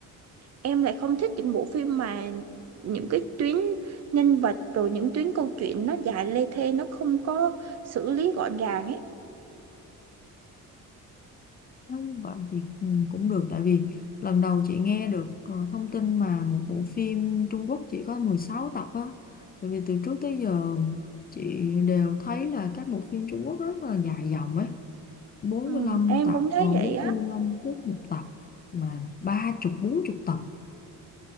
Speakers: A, on the right (about 50°); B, on the left (about 25°).
A: em lại không thích những bộ phim mà những cái tuyến nhân vật rồi những tuyến câu chuyện nó dài lê thê nó không có xử lý gọn gàng ấy
B: Nếu như vậy thì ừ, cũng được tại vì lần đầu chị nghe được ờ, thông tin mà một bộ phim Trung Quốc chỉ có 16 tập á tại vì từ trước tới giờ chị đều thấy là các bộ phim Trung Quốc rất là dài dòng ấy bốn
A: ừ,
B: mươi lăm
A: em
B: tập
A: cũng thấy
B: ờ,
A: vậy
B: bốn
A: á
B: mươi lăm phút một tập mà ba chục bốn chục tập